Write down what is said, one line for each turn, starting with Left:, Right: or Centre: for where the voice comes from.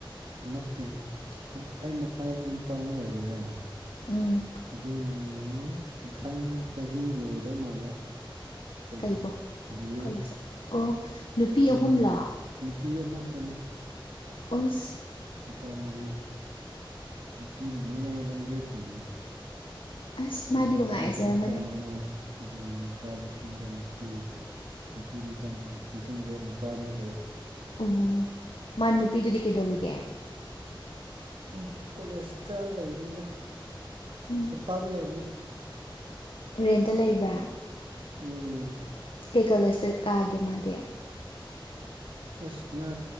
Right: ꯅꯠꯇꯦ ꯑ ꯑꯩ ꯃꯈꯥꯗ ꯅꯨꯄꯥ ꯑꯃ ꯂꯩꯔꯦꯅꯥ
Left: ꯎꯝ
Right: ꯑꯗꯨꯅ ꯃꯊꯪ ꯆꯍꯤ ꯂꯣꯏꯗꯧ ꯃꯥꯜꯂꯦ ꯀꯣꯂꯦꯖ
Left: ꯀꯩꯕꯣ
Right: ꯕꯤ
Left: ꯀꯣꯂꯦꯖ
Right: ꯑꯦ
Left: ꯑꯣ ꯅꯨꯄꯤ
Right: ꯑꯗꯨ
Left: ꯑꯍꯨꯝꯂꯣ
Right: ꯅꯨꯄꯤ ꯑꯃ ꯈꯛꯇꯅꯦ
Left: ꯑꯣꯁ
Right: ꯅꯨꯄꯥ ꯃꯔꯤ ꯅꯨꯄꯤ ꯃꯌꯥꯏꯗ ꯂꯦꯞꯄꯤꯅꯦ
Left: ꯑꯁ
Right: ꯑꯩ
Left: ꯃꯥꯗꯤ
Right: ꯃꯈꯥꯗ
Left: ꯅꯨꯡꯉꯥꯏꯖꯔꯝꯃꯅꯤ
Right: ꯅꯨꯄꯥ ꯑꯃ ꯑꯗꯨꯝ ꯅꯨꯄꯥ ꯃꯇꯨꯡꯗ ꯅꯨꯄꯤ ꯅꯨꯄꯤ ꯃꯊꯪ ꯃꯇꯨꯡꯗ ꯅꯨꯄꯥ ꯑꯅꯤ ꯂꯩ
Left: ꯑꯣ ꯃꯥ ꯅꯨꯄꯤꯗꯨꯗꯤ ꯀꯩꯗꯧꯔꯤꯒꯦ
Right: ꯎꯝ ꯀꯣꯂꯦꯖ ꯀꯥꯔ ꯂꯩꯕꯅꯤꯗ
Left: ꯎꯝ
Right: ꯇꯝꯄꯥꯛꯇ ꯂꯩꯕꯅꯦ
Left: ꯔꯦꯟꯇ ꯂꯩꯕ꯭ꯔꯥ
Right: ꯎꯝ
Left: ꯀꯩ ꯀꯣꯂꯦꯁꯇ ꯀꯥꯒꯦ ꯃꯥꯗꯤ
Right: ꯑꯁ ꯃꯥ